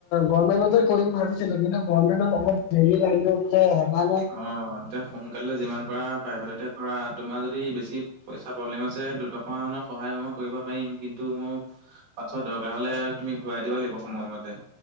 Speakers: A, on the left; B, on the right.
A: গমেন্টতে কৰিম ভাবিছিলোঁ কিন্তু গমেন্টত অল দেৰি লাগিব <unintelligible> কাৰে
B: অ', তে সোনকালে যিমান পাৰা প্ৰাইভেট কৰা তোমাৰ যদি বেছি পইচা প্ৰব্লেম আছে দুটক মানৰ সহায় মই কৰিব পাৰিম। কিন্তু মোক পাছত দৰকাৰ হলে, তুমি ঘূৰাই দিব লাগিব সময়মতে